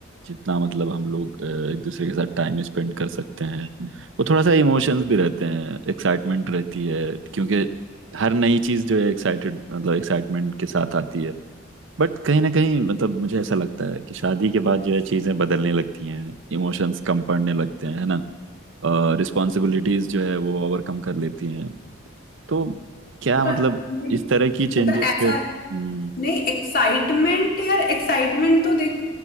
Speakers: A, on the right; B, on the left.
A: जितना मतलब हम लोग अ, एक दूसरे के साथ टाइम स्पेंड कर सकते हैं वो थोड़ा सा इमोशंस भी रहते हैं एक्साइटमेंट रहती है क्योंकि हर नई चीज़ जो है एक्साइटेड मतलब एक्साइटमेंट के साथ आती है बट कहीं ना कहीं मतलब मुझे ऐसा लगता है कि शादी के बाद जो है चीज़ें बदलने लगती हैं इमोशंस कम पड़ने लगते हैं है ना रिस्पॉन्सिबिलिटीज़ जो है वो ओवरकम कर लेती हैं तो क्या
B: पर-
A: मतलब इस तरह की चेंजेस
B: मतलब ऐसा
A: से हम्म
B: नहीं एक्साइटमेंट यार एक्साइटमेंट तो देख